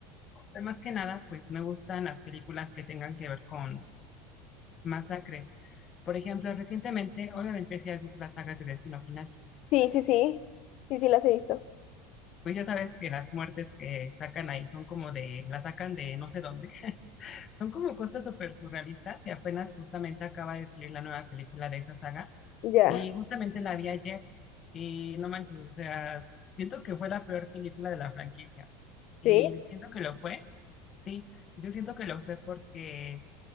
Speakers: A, on the left (about 35°); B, on the left (about 55°).
A: o sea, más que nada, pues me gustan las películas que tengan que ver con masacre. Por ejemplo, recientemente, obviamente si has visto las sagas de Destino Final,
B: Sí, sí, sí, sí, sí las he visto.
A: pues ya sabes que las muertes que sacan ahí son como de, las sacan de no sé dónde, <laughs> son como cosas súper surrealistas y apenas justamente acaba de salir la nueva película de esa saga.
B: Ya,
A: Y justamente la vi ayer y no manches, o sea, siento que fue la peor película de la franquicia.
B: sí,
A: Y siento que lo fue, sí, yo siento que lo fue porque,